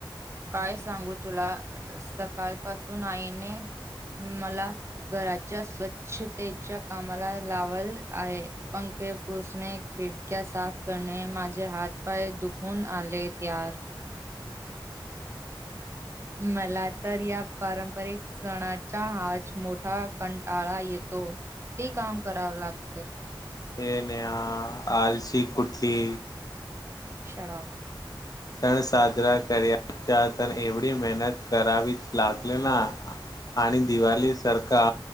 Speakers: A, on the right; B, on the left.
A: काय सांगू तुला सकाळ पासून आईने मला घराच्या स्वच्छतेच्या कामाला लावाल आहे पंखे पुसणे खिडक्या साफ करणे माझे हात पाय दुख होन आले त्यार मला तर या पारंपरिक सणाचा हात मोठा कंटाळा येतो ते काम करावं लागत
B: ये नेहा आलसी कुठली
A: शटाप
B: सण साजरा करायचा तर एवढी मेहनत करावीच लागले ना आणि दिवाळीसारखा